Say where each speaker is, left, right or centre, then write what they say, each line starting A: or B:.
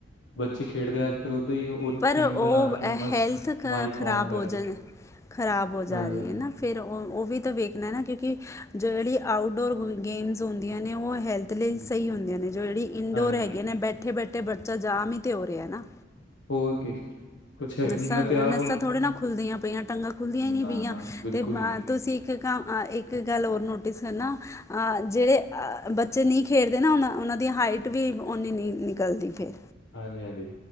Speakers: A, on the left; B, on the left.
A: ਬੱਚੇ ਖੇਡਦੇ ਆ ਅੱਜ ਕੱਲ੍ਹ ਓਦਾਂ ਹੀ ਉਹ
B: ਪਰ
A: ਟੀਮ
B: ਉਹ
A: ਬਣਾ ਕੇ ਮਸਤ
B: ਹੈਲਥ ਤਾ
A: ਮਾਈਕ
B: ਖ਼ਰਾਬ
A: ਔਨ ਕਰਕੇ
B: ਹੋ ਜਾਣ ਖਰਾਬ ਹੋ ਜਾ
A: ਹਾਂਜੀ
B: ਰਹੀ
A: ਹਾਂਜੀ
B: ਹੈ ਨਾ। ਫਿਰ ਉਹ ਉਹ ਵੀ ਤਾਂ ਵੇਖਣਾ ਨਾ। ਕਿਉਂਕਿ ਜਿਹੜੀ ਆਊਟਡੋਰ ਗੇਮਸ ਹੁੰਦੀਆਂ ਨੇ ਉਹ ਹੈਲਥ ਤ ਲਈ
A: ਹਮ
B: ਸਹੀ ਹੁੰਦੀਆਂ ਨੇ ਜੋ ਜਿਹੜੀ ਇਨਡੋਰ
A: ਹਾਂਜੀ
B: ਹੈਗੇ
A: ਹਾਂਜੀ
B: ਨੇ ਬੈਠੇ-ਬੈਠੇ ਬੱਚਾ ਜਾਮ ਹੀ ਤੇ ਹੋ ਰਿਹਾ ਨਾ।
A: ਹੋਰ ਕੀ ਕੁਛ ਹੈ
B: ਨੱਸਾਂ-ਨੱਸਾਂ
A: ਹੀ ਨਹੀਂ ਮੈਂ ਤੇ ਆਪ ਹੁਣ
B: ਥੋੜ੍ਹੇ ਨਾ ਖੁੱਲਦੀਆਂ ਪਈਆਂ ਟੰਗਾਂ ਖੁੱਲਦੀਆਂ ਹੀ ਨਹੀਂ
A: ਨਾ
B: ਪਈਆਂ
A: ਨਾ ਬਿਲਕੁਲ
B: ਤੇ
A: ਹੀ ਨਹੀਂ
B: ਤੁਸੀਂ ਇੱਕ ਕੰਮ, ਇੱਕ ਗੱਲ ਹੋਰ ਨੋਟਿਸ ਕਰਨਾ। ਅਹ ਜਿਹੜੇ ਅ ਬੱਚੇ ਨਹੀਂ ਖੇਡਦੇ ਨਾ ਉਹ ਉਹਨਾਂ ਦੀ ਹਾਈਟ ਵੀ ਓਨੀ ਨ ਨਿਕਲਦੀ ਫਿਰ।
A: ਹਾਂਜੀ-ਹਾਂਜੀ